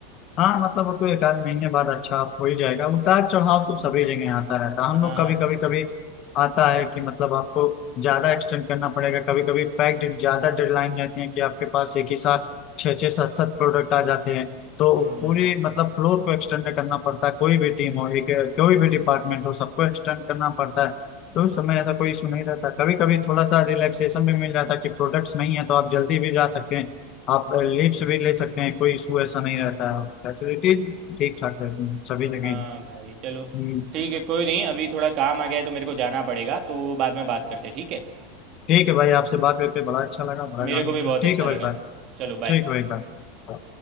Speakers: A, on the left (about 35°); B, on the right (about 35°).
A: हाँ मतलब वो तो एक आध महीने बाद अच्छा हो ही जाएगा उतार चढ़ाव तो
B: हम्म,
A: सभी जगह आता रहता है
B: हाँ
A: हम लोग कभी कभी
B: भाई
A: कभी आता है कि मतलब आपको ज्यादा एक्सटेंड करना पड़ेगा कभी कभी पैक्ड ज्यादा डेडलाइन रहती है कि आपके पास एक ही साथ छः छः सात सात प्रोडक्ट आ जाते हैं तो
B: हम्म
A: पूरी मतलब फ्लोर को एक्सटेंड करना पड़ता है कोई भी टीम हो एक कोई भी डिपार्टमेंट हो सबको एक्सटेंड करना पड़ता है तो उस समय ऐसा कोई इशू नहीं रहता कभी कभी थोड़ा सा रिलैक्सेशन भी मिल जाता है कि प्रोडक्ट्स नहीं है तो आप जल्दी भी जा सकते हैं आप लीव्स
B: हाँ।
A: भी ले सकते हैं कोई इशू ऐसा नहीं रहता है फैसिलिटीज ठीक ठाक रहती हैं सभी जगह
B: हाँ भाई चलो
A: हम्म,
B: ठीक है कोई नहीं अभी थोड़ा काम आ गया है तो मेरे को जाना पड़ेगा तो बाद में बात करते हैं, ठीक है
A: ठीक है भाई आपसे बात करके बड़ा अच्छा लगा बड़ा
B: मेरे
A: जानने
B: को भी
A: को
B: बहुत
A: मिला
B: अच्छा
A: ठीक है भाई
B: लगा
A: बाय
B: चलो बाय
A: ठीक है भाई बाय